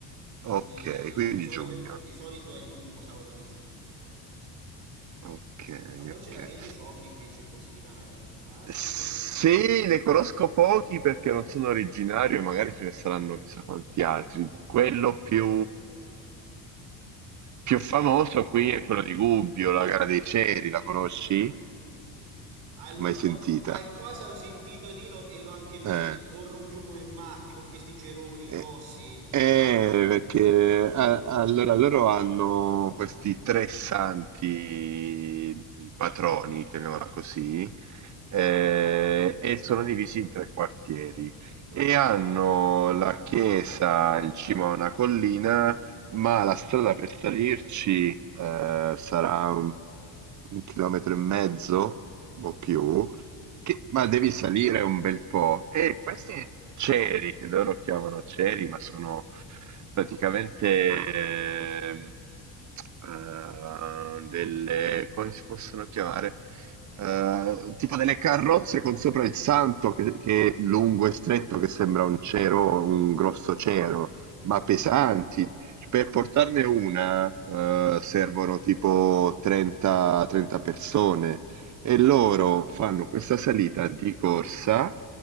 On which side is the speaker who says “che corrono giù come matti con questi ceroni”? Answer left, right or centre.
Right